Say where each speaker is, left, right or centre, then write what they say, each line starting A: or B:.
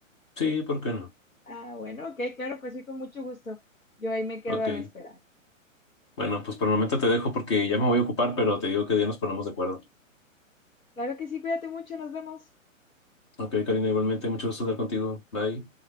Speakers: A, on the left; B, on the left.
A: Sí, ¿por qué no?
B: Ah, bueno, ok, claro, pues sí, con mucho gusto. Yo ahí me quedo
A: Ok.
B: a la espera.
A: Bueno, pues por el momento te dejo porque ya me voy a ocupar, pero te digo que día nos ponemos de acuerdo.
B: Claro que sí, cuídate mucho, nos vemos.
A: Ok, Karina, igualmente, mucho gusto hablar contigo. Bye.